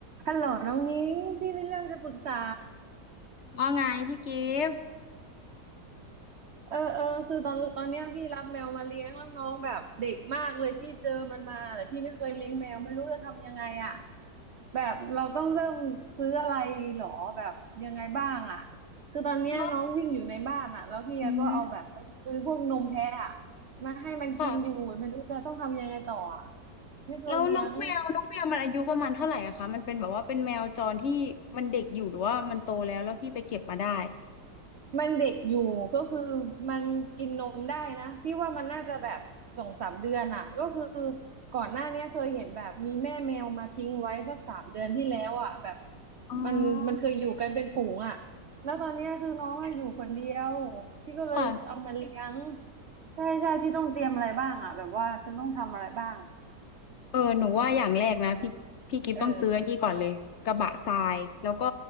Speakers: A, on the right; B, on the left.
A: ฮัลโหลน้องนิ้งพี่มีเรื่องจะปรึกษา
B: ว่าไงพี่กิฟต์
A: เออเออคือตอนตอนเนี้ยพี่รับแมวมาเลี้ยงแล้วน้องแบบเด็กมากเลยพี่เจอมันมาแต่พี่ไม่เคยเลี้ยงแมวไม่รู้จะทำยังไงอ่ะแบบเราต้องเริ่มซื้ออะไรหรอแบบยังไงบ้างอ่ะคือตอนเนี้ยน้องวิ่งอยู่ในบ้านอ่ะแล้วพี่ก็เอาแบบไปซื้อพวกนมแพะอะ
B: แล้วอืม
A: มาให้มันกินอยู่ไม่รู้จะต้องทำยังไงต่ออ่ะ
B: ค่ะ
A: ไม่เคยเลี้ยง
B: แล้วน้องแมวน้องแมวมันอายุประมาณเท่าไหร่อะคะมันเป็นแบบว่าเป็นแมวจรที่มันเด็กอยู่หรือว่ามันโตแล้วแล้วพี่ไปเก็บมาได้
A: มันเด็กอยู่ก็คือมันกินนมได้นะพี่ว่ามันน่าจะแบบสองสามเดือนอ่ะก็คือก่อนหน้าเนี้ยเคยเห็นแบบมีแม่แมวมาทิ้งไว้สักสามเดือนที่แล้วอ่ะแบบ
B: อ๋อ
A: มันมันเคยอยู่กันเป็นฝูงอ่ะแล้วตอนเนี้ยคือน้องอะอยู่คนเดียวพี่ก็เลยเอามาเลี้ยง
B: ค่ะ
A: ใช่ใช่พี่ต้องเตรียมอะไรบ้างอ่ะแบบว่าฉันต้องทำอะไรบ้าง
B: เออหนูว่าอย่างแรกนะพี่พี่กิฟต้องซื้ออันนี้ก่อนเลยกระบะทรายแล้วก็
A: เออ